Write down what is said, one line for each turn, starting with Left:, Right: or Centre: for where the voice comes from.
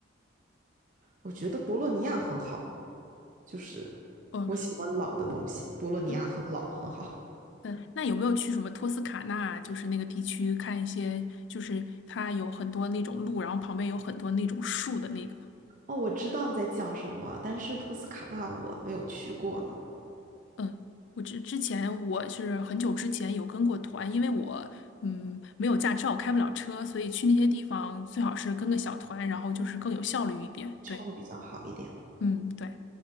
Right: 我觉得博洛尼亚很好，就是
Left: 嗯，
Right: 我喜欢老的东西，博洛尼亚很老，
Left: 嗯，
Right: 很好。
Left: 嗯，那有没有去什么托斯卡纳，就是那个地区看一些，就是它有很多那种路，然后旁边有很多那种树的那个？
Right: <laughs> 哦，我知道你在讲什么，但是托斯卡纳我没有去过呢，
Left: 嗯，我之之前我是很久之前有跟过团，因为我嗯没有驾照，开不了车，所以去那些地方最好是跟个小团，然后就是更有效率一点。
Right: 这样会比较好一点。
Left: 对，嗯，对。